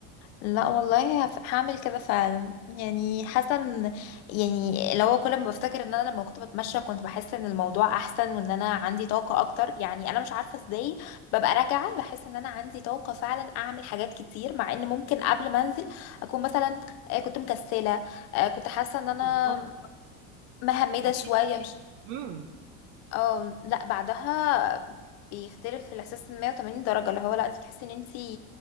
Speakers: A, on the left; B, on the right.
A: لا والله هف- هعمل كده فعلا يعني حاسه ان يعني لو كل ما بفتكر ان انا لما كنت بتمشى كنت بحس ان الموضوع احسن وان انا عندي طاقه اكتر يعني انا مش عارفه ازاي ببقى راجعه بحس ان انا عندي طاقه فعلا اعمل حاجات كتير مع ان ممكن قبل ما انزل اكون مثلا آه، كنت مكسله آه، كنت حاسه ان انا
B: بالظبط
A: مهمده
B: هتحسي
A: شويه مش
B: امم
A: اه لا بعدها بيختلف الاحساس 180 درجه اللي هو لا انت تحسي ان انت